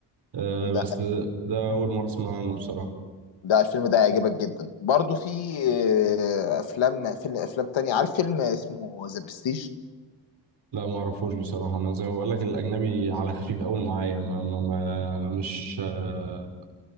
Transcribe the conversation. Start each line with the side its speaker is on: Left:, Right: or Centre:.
Right: آه
Left: ده
Right: بس ده اول مرة اسمع عنه بصراحة
Left: ده الفيلم ده هيعجبك جدا برضو في آه، افلام فيلم افلام تانية عارف فيلم اسمه ذا برستيج
Right: لا ما اعرفوش بصراحة انا زي ما بقول لك الاجنبي على خفيف قوي معايا ما ما ما مش آه